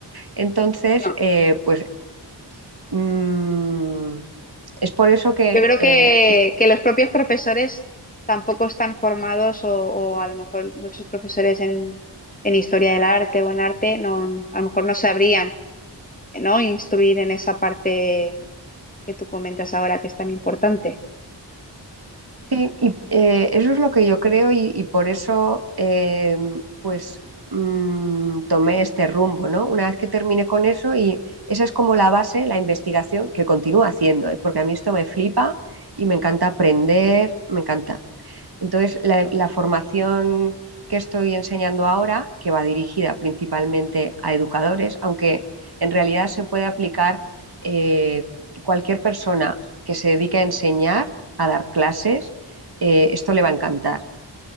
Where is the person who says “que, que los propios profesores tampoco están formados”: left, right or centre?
Left